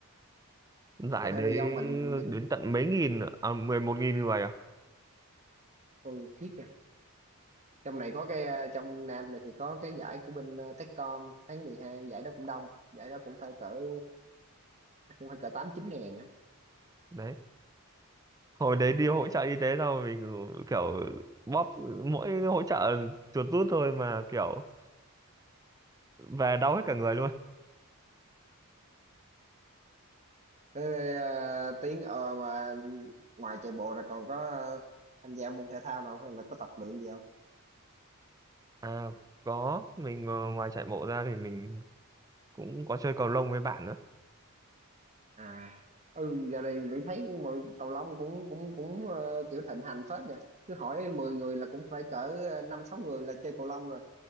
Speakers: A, on the right (about 15°); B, on the right (about 30°).
A: giải
B: có thể
A: đấy
B: là do mình giống
A: đến tận mấy nghìn à, mười một nghìn người à
B: ừ, khiếp trong này có cái ờ, trong Nam này thì có cái giải của bên ờ, Techcom tháng mười hai giải đó cũng đông giải đó cũng phải cỡ ờ, chắc cũng phải cỡ tám chín ngàn á
A: đấy hồi đấy đi hỗ trợ y tế sao mình ừ, kiểu bóp mỗi hỗ trợ chuột rút thôi mà kiểu về đau hết cả người luôn
B: Thế, ờ, tiếng ờ, mà ngoài chạy bộ là còn có ờ, tham gia môn thể thao nào không hay là có tập luyện gì không
A: à có mình ờ, ngoài chạy bộ ra thì mình cũng có chơi cầu lông với bạn nữa
B: à ừ giờ này Mỹ thấy mọi cầu lông cũng cũng cũng ờ, kiểu thịnh hành phết nha cứ hỏi 10 người là cũng phải cỡ ờ, năm sáu người là chơi cầu lông rồi